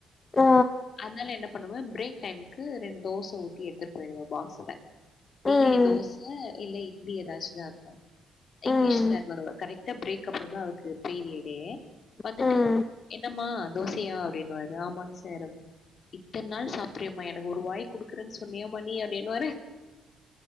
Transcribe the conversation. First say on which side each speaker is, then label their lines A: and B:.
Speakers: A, on the left; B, on the left.
A: ஆ
B: அத்னால என்ன பண்ணுவ பிரேக் டைமுக்கு ரெண்டு தோச ஊத்தி எடுத்துற் போயிடு பாஸ்ஸுல
A: ம்
B: டெய்லி தோச இல்ல இட்லி எதாச்சுதா இருக்கு
A: ம்
B: இங்க்லீஷ் சார் வருவாரு கரெக் ட்டா பிரேக் அப்புறோந்தா அவருக்கு பீரியடே வந்துட்டு
A: ம்
B: என்னம்மா தோசையா அப்டின்வாரு ஆமாங் சார் அப்டின் இத்தன்நாள் சாப்ரியேமா எனக்கு ஒரு வாய் குடுக்குறேன் சொன்னியாமா நீ அப்டின்வாரு